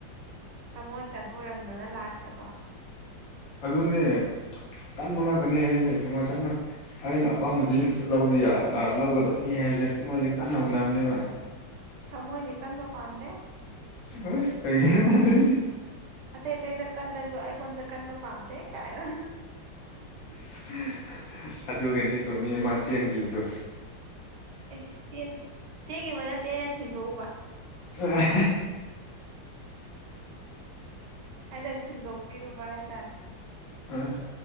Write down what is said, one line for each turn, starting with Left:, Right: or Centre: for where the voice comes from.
Right: ꯊꯃꯣꯏ ꯀꯩꯅꯣ ꯑꯣꯏꯔꯝꯗꯅ ꯂꯥꯁꯇꯀꯣ
Left: ꯑꯗꯨꯅꯦ ꯇꯟꯕ ꯉꯥꯛꯇꯅꯦ ꯍꯥꯏꯁꯦ ꯊꯃꯟ ꯑꯩꯅ ꯑꯄꯥꯝꯕꯗꯤ ꯂꯧꯕ ꯌꯥ ꯂꯧꯒꯗꯕꯅꯤ ꯍꯥꯏꯕꯁꯦ ꯃꯣꯏꯗꯤ ꯀꯟꯅ ꯍꯣꯠꯅꯕꯅꯦꯕ
Right: ꯊꯃꯣꯏꯗꯤ ꯀꯟꯕ ꯄꯥꯝꯗꯦ
Left: ꯑꯣꯏ ꯀꯒ ꯄ
Right: ꯑꯇꯩ ꯑꯇꯩꯗ ꯀꯜꯂꯁꯨ ꯑꯩꯉꯣꯟꯗ ꯀꯟꯕ ꯄꯥꯝꯗꯦ ꯀꯥꯏꯅ
Left: <inaudible> ꯑꯗꯨꯒꯒꯤꯅꯤ ꯇꯣ ꯃꯤ ꯑꯃ ꯆꯦꯟꯈꯤꯕꯗꯨꯣ
Right: ꯑꯦ ꯆ ꯆꯦꯟꯈꯤꯕ ꯅꯠꯇꯦꯅ ꯊꯤꯟꯗꯣꯛꯎꯕ
Left: ꯑ
Right: ꯑꯩꯅ ꯊꯤꯟꯗꯣꯛꯄꯤꯔꯨꯕ ꯍꯥꯏꯇꯥꯔꯦ
Left: ꯑ